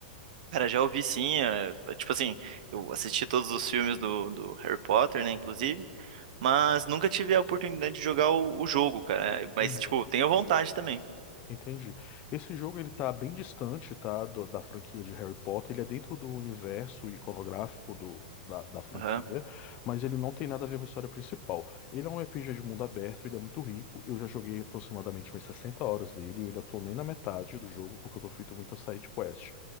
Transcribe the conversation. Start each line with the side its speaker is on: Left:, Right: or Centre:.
Right: Cara, já ouvi sim. é, é, tipo assim, eu assisti todos os filmes do, do Harry Potter, né, inclusive, mas nunca tive a oportunidade de jogar o, o jogo, cara. é, Mas,
Left: Uhum.
Right: tipo, tenho vontade também.
Left: Entendi. Esse jogo ele tá bem distante, tá, do- da franquia de Harry Potter. Ele é dentro do universo iconográfico do, da, da franquia,
Right: Aham,
Left: mas ele não tem nada a ver com a história principal. Ele é um RPG de mundo aberto, ele é muito rico. Eu já joguei aproximadamente umas 60 horas dele e eu ainda tô nem na metade do jogo porque eu tô feito muito a side quest.